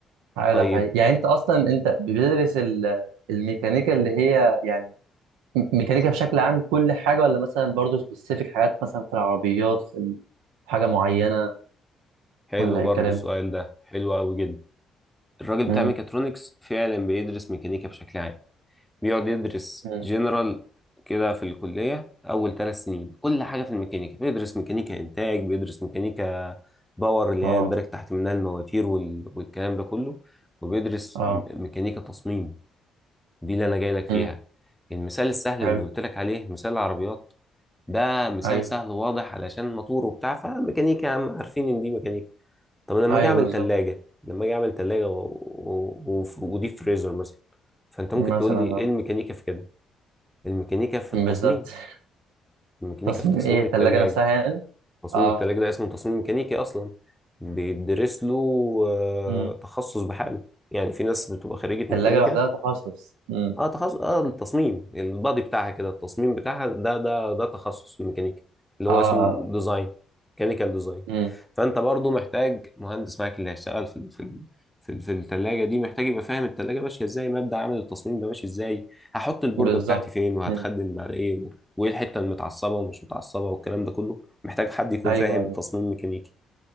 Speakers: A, on the right (about 70°); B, in the centre.
A: أيوة
B: طيب
A: ده حقيقي يعني انت اصلا انت بتدرس ال- الميكانيكا اللي هي يعني م- ميكانيكا بشكل عام كل حاجه ولا مثلا برضه سبيسيفيك حاجات مثلا في العربيات في ال- حاجه معينه
B: حلو
A: ولا
B: برضو
A: ايه الكلام
B: السؤال ده حلو قوي جدا الراجل
A: امم
B: بتاع ميكاترونكس فعلا بيدرس ميكانيكا بشكل عام بيقعد يدرس
A: امم
B: جنرال كده في الكلية أول ثلاث سنين كل حاجة في الميكانيكا بيدرس ميكانيكا إنتاج بيدرس ميكانيكا باور اللي
A: اه
B: هي يندرج تحت منها المواتير وال... والكلام ده كله وبيدرس
A: اه
B: م- ميكانيكا تصميم دي اللي أنا جاي لك فيها
A: امم
B: المثال السهل
A: حلو
B: اللي قلت لك عليه مثال العربيات ده مثال
A: ايوه
B: سهل وواضح علشان موتور وبتاع فميكانيكا يا عم عارفين إن دي ميكانيكا طب لما
A: ايوه
B: أجي أعمل
A: بالظبط
B: تلاجة لما أجي أعمل تلاجة و... و... و... ودي فريزر مثلا فأنت ممكن
A: مثلا
B: تقول لي
A: اه
B: إيه الميكانيكا في كده الميكانيكا في
A: بالظبط
B: التصميم
A: <laughs>
B: الميكانيكا
A: تصميم
B: في تصميم
A: ايه الثلاجه
B: التلاجة
A: نفسها يعني
B: تصميم
A: اه
B: التلاجة ده اسمه تصميم ميكانيكي أصلا بيدرس له آه،
A: امم
B: تخصص بحاله يعني في ناس بتبقى خريجة
A: الثلاجه
B: ميكانيكا
A: لوحدها تخصص امم
B: اه تخصص اه التصميم البادي بتاعها كده التصميم بتاعها ده ده ده تخصص في الميكانيكا اللي
A: اه
B: هو اسمه ديزاين ميكانيكال ديزاين
A: امم
B: فانت برضو محتاج مهندس معاك اللي هيشتغل في ال- في ال- في ال- في الثلاجه دي محتاج يبقى فاهم الثلاجه ماشيه ازاي مبدأ عمل التصميم ده ماشي ازاي هحط البورده
A: بالظبط
B: بتاعتي فين وهتخدم
A: امم
B: على ايه و- وايه الحته المتعصبه ومش متعصبه والكلام ده كله محتاج حد يكون
A: ايوه
B: فاهم
A: ايوه
B: تصميم ميكانيكي